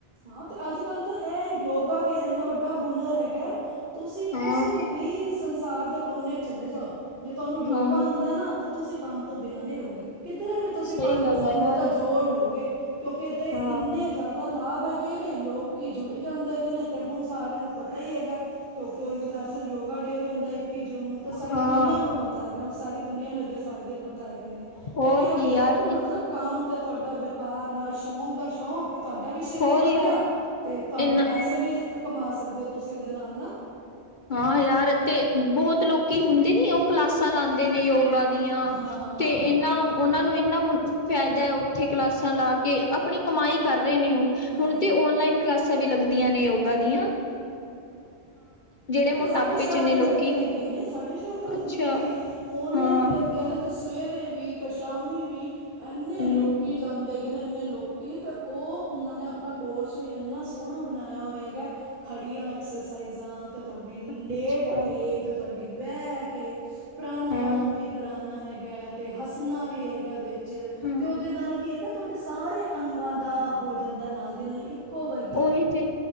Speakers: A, on the right; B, on the left.
A: ਹਾਂ ਤੇ ਅੱਜ ਕੱਲ੍ਹ ਤੇ ਇਹ ਯੋਗਾ ਵੀ ਇਨਾਂ ਵੱਡਾ ਹੁਨਰ ਹੈਗਾ ਤੁਸੀਂ
B: ਹਾਂ
A: ਕਿਸੇ ਵੀ ਸੰਸਾਰ ਦੇ ਕੋਨੇ ਚ ਚਲੇ ਜਾਓ ਜੇ ਤੁਹਾਨੂੰ ਯੋਗਾ
B: ਹਾਂ
A: ਆਦਾ ਨਾ ਤਾਂ ਤੁਸੀਂ ਕੰਮ ਤੋਂ ਬਿਨਾ ਨੀ ਰੋਗੇ ਕਿੱਧਰੇ ਵੀ ਤੁਸੀਂ
B: ਸਹੀ
A: ਪੰਜ
B: ਗੱਲ
A: ਦਸ ਬੰਦੇ
B: ਆ ਯਾਰ
A: ਤਾਂ ਜੋੜ ਲੋਗੇ। ਕਿਉਂਕਿ ਇਦੇ
B: ਹਾਂ
A: ਇੰਨੇ ਜਾਦਾ ਲਾਭ ਹੈਗੇ ਨੇ ਲੋਕੀ ਜੁੜੀ ਜਾਂਦੇ ਹੇਗੇ ਨੇ ਤੇ ਹੁਨ ਸਾਰਿਆਂ ਨੂੰ ਪਤਾ ਹੀ ਹੈਗਾ ਕਿਉਂਕਿ ਉਹ ਇੰਟਰਨੈਸ਼ਨਲ ਯੋਗਾ ਡੇ ਵੀ ਹੁੰਦਾ ਇੱਕੀ ਜੂਨ ਨੂੰ ਤੇ ਸਾਰੀ
B: ਹਾਂ
A: ਦੁਨੀਆਂ ਨੂੰ ਪਤਾ ਹੈਗਾ ਹੁਨ ਸਾਰੀ ਦੁਨੀਆਂ ਨੂੰ ਦੇ ਫਾਇਦੇ ਪਤਾ ਹੈਗੇ ਨੇ
B: ਹੋਰ
A: ਤੇ ਇਹ ਵੀ
B: ਕੀ ਯਾਰ
A: ਏਕ ਮਤਲਬ ਕੰਮ ਤੇ ਤੁਹਾਡਾ ਵਪਾਰ ਨਾਲ ਸ਼ੌਂਕ ਦਾ ਸ਼ੌਕ ਤੁਹਾਡਾ ਵੀ ਸ਼ਰੀਰ
B: ਹੋਰ
A: ਵਧੀਆ
B: ਯਾਰ
A: ਤੇ ਤੁਹਾਡੇ
B: ਇਨਾ
A: ਪੈਸੇ ਵੀ ਇਸ ਕਮਾ ਸਕਦੇ ਓ ਤੁਸੀਂ ਇਹਦੇ ਨਾਲ ਨਾ।
B: ਹਾਂ ਯਾਰ ਤੇ ਬਹੁਤ ਲੋਕੀ ਹੁੰਦੇ ਨੀ ਉਹ ਕਲਾਸਾਂ ਲਾਦੇ ਨੇ ਯੋਗਾ ਦੀਆਂ
A: ਹਾਂ
B: ਤੇ ਇਹਨਾਂ ਉਹਨਾਂ ਨੂੰ ਇਨਾਂ ਫਾਇਦਾ ਉੱਥੇ ਕਲਾਸਾਂ ਲਾ ਕੇ ਆਪਣੀ ਕਮਾਈ ਕਰ ਰਹੇ ਨੇ ਉਹ
A: ਹਾਂ
B: ਹੁਣ ਤੇ ਓਨਲਾਈਨ ਕਲਾਸਾਂ ਵੀ ਲੱਗਦੀਆਂ ਨੇ ਯੋਗਾ ਦੀਆਂ ਜਿਹੜੇ
A: ਇਥੋਂ
B: ਮੋਟਾਪੇ
A: ਸ਼ਹਿਰ
B: ਚ ਨੇ
A: ਵੀ
B: ਲੋਕੀ
A: ਲੱਗਦੇ ਹੈਗੇ ਨੇ ਸਾਡੇ ਸ਼ਹਿਰ ਵੀ ਲੱਗਦੇ
B: ਅੱਛਾ
A: ਹੈਗੇ ਨੇ ਓਨਲਾਈਨ
B: ਹਾਂ
A: ਵੀ ਲੱਗਦੇ ਹਨ। ਤੇ ਸਵੇਰੇ ਵੀ ਤੇ ਸ਼ਾਮੀ ਵੀ ਇੰਨੇ
B: ਹੂੰ
A: ਲੋਕ ਕੀ ਜਾਂਦੇ ਹੈਗੇ ਨੇ ਇੰਨੇ ਲੋਕੀ ਤੇ ਉਹ ਉਹਨਾਂ ਨੇ ਆਪਣਾ ਕੋਰਸ ਵੀ ਇੰਨਾ ਸੋਹਣਾ ਬਣਾਇਆ ਹੋਇਆ ਹੈਗਾ ਖੜੀਆਂ ਐਕਸਰਸਾਈਜ਼ਾਂ ਤੇ ਤੁਹਾਡੀ ਲੇਟ
B: ਅੱਛਾ
A: ਕੇ ਤੇ ਤੁਹਾਡੀ ਬਹਿ ਕੇ ਪ੍ਰਾਣਾਯਾਮ
B: ਹਾਂ
A: ਵੀ ਕਰਾਉਣਾ ਹੈਗਾ ਹੈ ਅਤੇ ਹੱਸਣਾ ਵੀ ਹੈ ਗਾ ਵਿੱਚ
B: ਹਾਂ
A: ਤੇ ਉਹਦੇ ਨਾਲ ਕੀ ਹੈਗਾ ਤੁਹਾਡੇ ਸਾਰੇ ਅੰਗਾਂ ਦਾ ਹੋ ਜਾਂਦਾ ਨਾਲ ਦੀ ਨਾਲ ਇੱਕੋ ਵਰ
B: ਉਹੀ ਤੇ